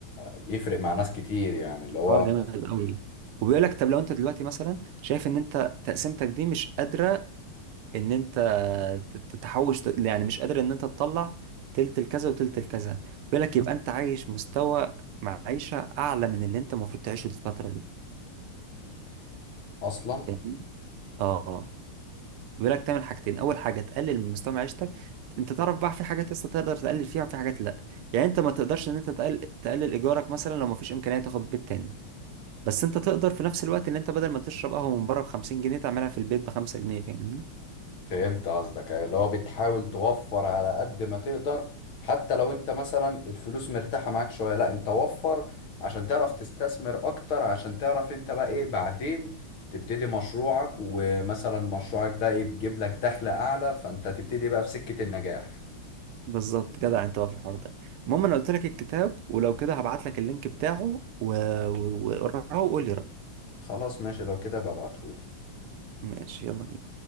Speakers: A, on the left; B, on the right.
A: يفرق مع ناس كتير يعني اللي هو
B: حوار جامد قوي وبيقول لك طب لو انت دلوقتي مثلا شايف ان انت تقسيمتك دي مش قادره ان انت ت- تتحوش يعني مش قادر ان انت تطلع تلت الكذا وتلت الكذا بيقول لك يبقى انت عايش مستوى معيشة اعلى من اللي انت المفروض تعيشه في الفترة دي
A: أصلا
B: فاهمني اه بيقول لك تعمل حاجتين اول حاجة تقلل من مستوى معيشتك انت تعرف بقى في حاجات لسه تقدر تقلل فيها وفي حاجات لا يعني انت ما تقدرش ان انت تقل... تقلل ايجارك مثلا لو ما فيش امكانية تاخد بيت تاني بس انت تقدر في نفس الوقت ان انت بدل ما تشرب قهوة من بره ب 50 جنيه تعملها في البيت ب 5 جنيه فاهمني
A: فهمت قصدك أيوة، اللي هو بتحاول توفر على قد ما تقدر حتى لو انت مثلا الفلوس مرتاحة معاك شوية لا انت وفر عشان تعرف تستثمر اكتر عشان تعرف انت بقى ايه بعدين تبتدي مشروعك ومثلا مشروعك ده يجيب لك دخل اعلى فانت تبتدي بقى في سكة النجاح
B: بالظبط جدع انت بقى في الحوار ده المهم انا قلت لك الكتاب ولو كده هبعت لك اللينك بتاعه و- و- وقراه وقول لي رأيك
A: خلاص ماشي لو كده ببعتهولي
B: ماشي يلا بينا